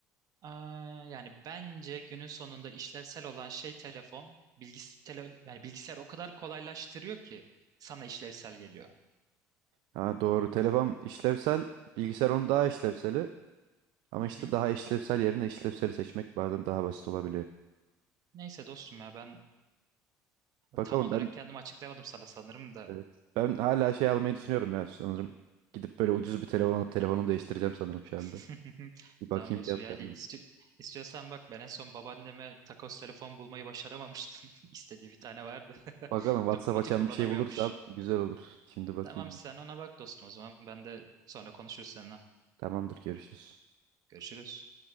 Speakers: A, on the right; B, on the right.
A: Aa, yani bence günün sonunda işlevsel olan şey telefon. Bilgis tele, yani bilgisayar o kadar kolaylaştırıyor ki sana işlevsel geliyor.
B: Ha doğru. Telefon işlevsel, bilgisayar onun daha işlevseli. Ama
A: Hı
B: işte
A: hı.
B: daha işlevsel yerine işlevseli seçmek bazen daha basit olabiliyor.
A: Neyse dostum ya ben
B: Bakalım
A: tam olarak
B: ben
A: kendimi açıklayamadım sana sanırım da.
B: evet. Ben hala şey almayı düşünüyorum ya sanırım. Gidip böyle ucuz bir telefon alıp telefonumu değiştireceğim sanırım şu
A: <laughs>
B: anda. Bir bakayım
A: Tamam dostum
B: fiyatlarına.
A: yani isti- istiyorsan bak ben en son babaanneme takos telefon bulmayı başaramamıştım. <laughs> İstediği bir tane vardı.
B: Bakalım
A: <laughs>
B: WhatsApp
A: Dokunmatik
B: açan
A: kullanamıyormuş.
B: bir şey bulursam güzel olur. Şimdi bakayım.
A: Tamam sen
B: bir.
A: ona bak dostum o zaman ben de sonra konuşuruz seninle.
B: Tamamdır görüşürüz.
A: Görüşürüz.